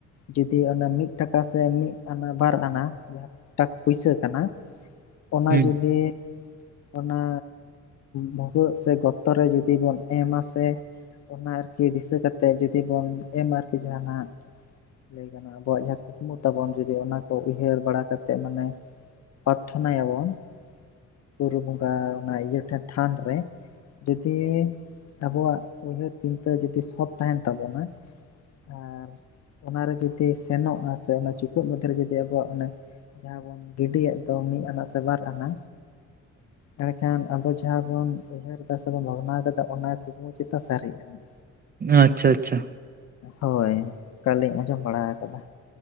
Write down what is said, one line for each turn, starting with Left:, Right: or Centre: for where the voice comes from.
Left: ᱡᱩᱫᱤ ᱚᱱᱟ ᱢᱤᱫ ᱴᱟᱠᱟ ᱥᱮ ᱢᱤᱫ ᱟᱱᱟ ᱵᱟᱨ ᱟᱱᱟ ᱡᱟᱦᱟᱸ ᱴᱟᱠ ᱯᱩᱭᱥᱟᱹ ᱠᱟᱱᱟ ᱚᱱᱟ
Right: ᱦᱩᱸ
Left: ᱡᱩᱫᱤ, ᱚᱱᱟ ᱵᱷᱩᱜᱟᱹᱜ ᱥᱮ ᱜᱚᱛᱚᱨᱮ ᱡᱩᱫᱤ ᱵᱚᱱ ᱮᱢᱟ ᱥᱮ? ᱚᱱᱟ ᱟᱨᱠᱤ ᱫᱤᱥᱟᱹ ᱠᱟᱛᱮᱫ ᱡᱩᱫᱤ ᱵᱚᱱ ᱮᱢ ᱟᱨᱠᱤ ᱡᱟᱦᱟᱱᱟᱜ, ᱞᱟᱹᱭ ᱜᱟᱱᱚᱜ-ᱟ ᱟᱵᱚᱣᱟᱜ ᱡᱟᱦᱟᱸ ᱠᱩᱠᱢᱩ ᱛᱟᱵᱚᱱ ᱡᱩᱫᱤ ᱚᱱᱟ ᱠᱚ ᱩᱭᱦᱟᱹᱨ ᱵᱟᱲᱟ ᱠᱟᱛᱮᱫ ᱢᱟᱱᱮ, ᱯᱟᱨᱛᱷᱚᱱᱟ ᱭᱟᱵᱚᱱ᱾ ᱵᱩᱨᱩ ᱵᱚᱸᱜᱟ ᱚᱱᱟ ᱤᱭᱟᱹ ᱴᱷᱮᱱ ᱛᱷᱟᱱ ᱨᱮ ᱡᱩᱫᱤ ᱟᱵᱩᱣᱟᱜ, ᱩᱭᱦᱟᱹᱨ ᱪᱤᱱᱛᱟᱹ ᱡᱩᱫᱤ ᱥᱚᱛ ᱛᱟᱦᱮᱱ ᱛᱟᱵᱚᱱᱟ ᱟᱨ, ᱚᱱᱟᱨᱮ ᱡᱩᱫᱤ ᱥᱮᱱᱚᱜᱼᱟ ᱥᱮ ᱚᱱᱟ ᱪᱤᱠᱟᱹᱜ ᱢᱚᱫᱽᱫᱷᱮ ᱨᱮ ᱡᱩᱫᱤ ᱟᱵᱚᱣᱟᱜ ᱚᱱᱮ, ᱡᱟᱦᱟᱸ ᱵᱚᱱ ᱜᱤᱰᱤᱭᱮᱫ ᱫᱚ ᱢᱤᱫ ᱟᱱᱟ ᱥᱮ ᱵᱟᱨ ᱟᱱᱟ, ᱮᱸᱰᱮᱠᱷᱟᱱ ᱟᱵᱚ ᱡᱟᱦᱟᱸ ᱵᱚᱱ ᱩᱭᱦᱟᱹᱨ ᱮᱫᱟ ᱥᱮᱵᱩᱱ ᱵᱷᱟᱵᱽᱱᱟ ᱟᱠᱟᱫᱟ ᱚᱱᱟ ᱠᱩᱠᱢᱩ ᱪᱟ ᱪᱮᱛᱟ ᱥᱟᱹᱨᱤ ᱟᱹᱱᱤᱡ᱾
Right: ᱟᱪᱪᱷᱟ ᱟᱪᱪᱷᱟ᱾
Left: ᱦᱳᱭ ᱚᱠᱟᱞᱤᱧ ᱟᱸᱡᱚᱢ ᱵᱟᱲᱟ ᱠᱟᱫᱟ᱾